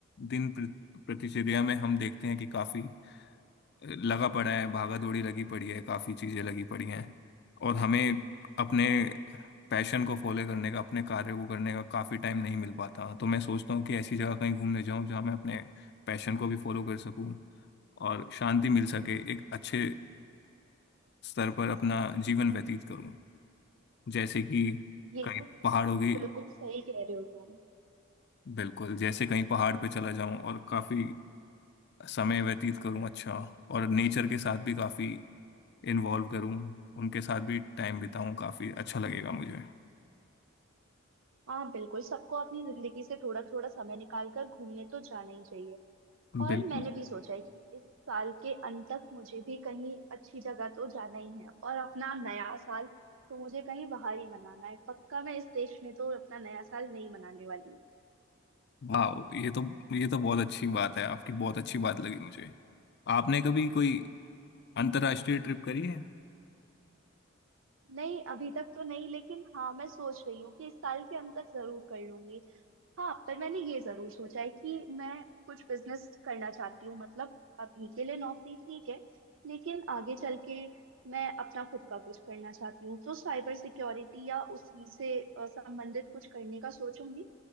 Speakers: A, on the left (about 55°); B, on the right (about 75°).
A: दिन प्रति- प्रतिचर्या में हम देखते हैं कि काफ़ी लगा पड़ा है भागा दौड़ी लगी पड़ी है काफी चीजें लगी पड़ी हैं और हमें अपने पैशन को फॉलो करने का अपने कार्य को करने का काफी टाइम नहीं मिल पाता तो मैं सोचता हूँ कि ऐसी जगह कहीं घूमने जाऊं जहां मैं अपने पैशन को भी फॉलो कर सकूं और शांति मिल सके एक अच्छे स्तर पर अपना जीवन व्यतीत करूं जैसे कि
B: ये
A: कहीं
B: तो
A: पहाड़ों की
B: बिल्कुल सही कह रहे हो तुम
A: बिल्कुल जैसे कहीं पहाड़ पे चला जाऊं और काफी समय व्यतीत करूं अच्छा और नेचर के साथ भी काफी इन्वॉल्व करूं उनके साथ भी टाइम बिताऊं काफी अच्छा लगेगा मुझे
B: हाँ बिल्कुल सबको अपनी जिंदगी से थोड़ा थोड़ा समय निकाल कर घूमने तो जाना ही चाहिए और
A: बिल्कुल
B: मैंने भी सोचा है कि इस साल के अंत तक मुझे भी कहीं अच्छी जगह तो जाना ही है और अपना नया साल तो मुझे कहीं बाहर ही मनाना है पक्का मैं इस देश में तो अपना नया साल नहीं मनाने वाली हूँ
A: वाह ये तो ये तो बहुत अच्छी बात है आपकी बहुत अच्छी बात लगी मुझे आपने कभी कोई अंतर्राष्ट्रीय ट्रिप करी है
B: नहीं अभी तक तो नहीं लेकिन हाँ मैं सोच रही हूँ कि इस साल के अंत तक जरूर कर लूंगी हाँ पर मैंने ये जरूर सोचा है कि मैं कुछ बिजनेस करना चाहती हूँ मतलब अभी के लिए नौकरी ठीक है लेकिन आगे चल के मैं अपना खुद का कुछ करना चाहती हूँ तो साइबर सिक्योरिटी या उसी से अ, संबंधित कुछ करने का सोचूंगी